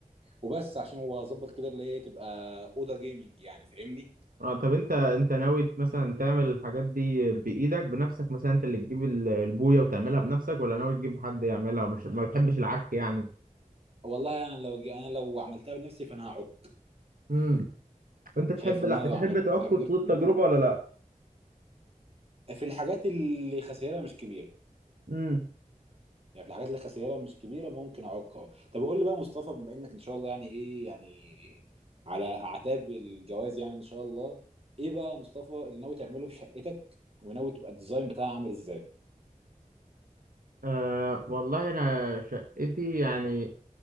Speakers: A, on the right (about 45°); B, on the right (about 85°).
A: وبس عشان هو اظبط كده اللي هي تبقى اوضه جيمنج يعني فاهمني
B: اه طب انت انت ناوي مثلا تعمل الحاجات دي بايدك بنفسك مثلا انت اللي تجيب ال- البويه وتعملها بنفسك ولا ناوي تجيب حد يعملها مش ما بتحبش العك يعني
A: والله انا لو انا لو عملتها بنفسي فانا هعك
B: امم وانت تحب
A: شايف ان
B: لا
A: انا لو
B: تحب
A: عملتها
B: تعك خطوط
A: بنفسي أنا-
B: التجربه ولا لا
A: في الحاجات اللي خسائرها مش كبيره
B: امم
A: يعني في الحاجات اللي خسائرها مش كبيره ممكن اعوق اه طب قول لي بقى مصطفى بما انك ان شاء الله يعني ايه يعني على اعتاب الجواز يعني ان شاء الله ايه بقى مصطفى اللي ناوي تعمله في شقتك وناوي تبقى الديزاين بتاعها عامل ازاي
B: أه والله انا شقتي يعني